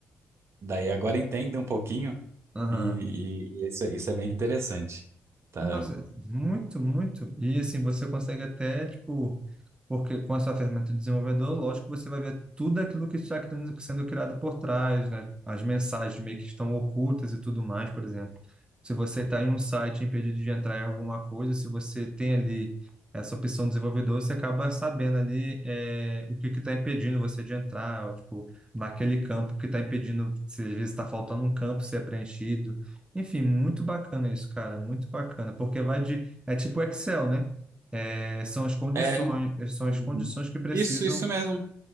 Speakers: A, on the right (about 50°); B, on the right (about 15°).
A: Daí agora entenda um pouquinho
B: aham.
A: e, e isso, é, isso é bem interessante. Tá?
B: Nossa, muito, muito. E assim, você consegue até, tipo, porque com essa ferramenta de desenvolvedor, lógico, você vai ver tudo aquilo que está cri- sendo criado por trás, né? As mensagens meio que estão ocultas e tudo mais, por exemplo. Se você está em um site impedido de entrar em alguma coisa, se você tem ali essa opção de desenvolvedor, você acaba sabendo ali é, o que que está impedindo você de entrar, ó, tipo, naquele campo que está impedindo, se às vezes está faltando um campo ser preenchido. Enfim, muito bacana isso, cara, muito bacana, porque vai de, é tipo Excel, né? É, são as condições,
A: É,
B: são as
A: uhum.
B: condições que precisam.
A: Isso, isso mesmo.